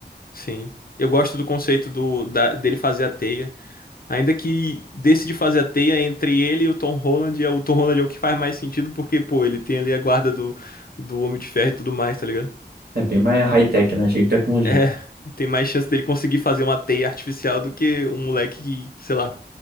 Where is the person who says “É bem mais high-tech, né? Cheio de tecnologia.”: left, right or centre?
Right